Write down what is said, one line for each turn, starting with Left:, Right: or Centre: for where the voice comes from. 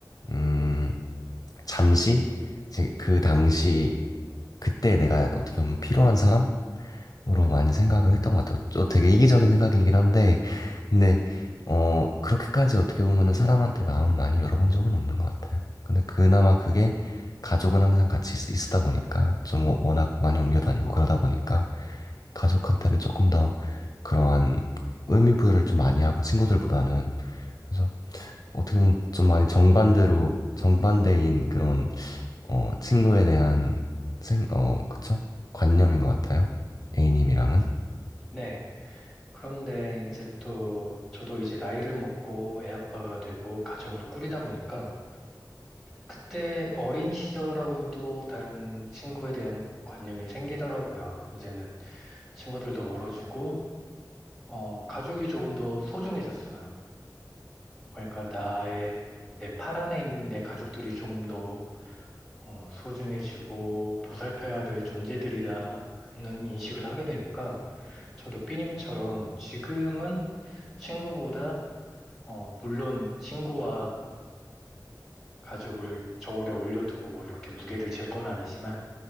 Left: 음, 잠시 이제 그 당시 그때 내가 어떻게 보면 필요한 사람으로 많이 생각을
Centre: 음,
Left: 했던 것 같아요. 또 되게 이기적인 생각이긴 한데 근데 어 그렇게까지 어떻게 보면은 사람한테 마음을 많이 열어본 적은 없는 것 같아요. 근데 그나마 그게 가족은 항상 같이 있- 있었다 보니까 좀 워- 워낙 많이 옮겨 다니고 그러다 보니까 가족한테는 조금 더 그러한 의미 부여를 좀 많이 하고 친구들보다는 그래서 어떻게 보면 좀 많이 정반대로 정반대인 그런 어, 친구에 대한 생, 어, 그쵸? 관념인 것 같아요. A님이랑은.
Centre: 네. 그런데 이제 또 저도 이제 나이를 먹고 애 아빠가 되고 가정을 꾸리다 보니까 그때 어린 시절하고는 또 다른 친구에 대한 관념이 생기더라고요. 이제는 친구들도 멀어지고 어, 가족이 조금 더 소중해졌어요. 그러니까 나의 내 팔 안에 있는 내 가족들이 조금 더 어, 소중해지고 보살펴야 될 존재들이라는 인식을 하게 되니까 저도 삐님처럼 지금은 친구보다 어, 물론 친구와 가족을 저울에 올려두고 뭐 이렇게 무게를 잴 건 아니지만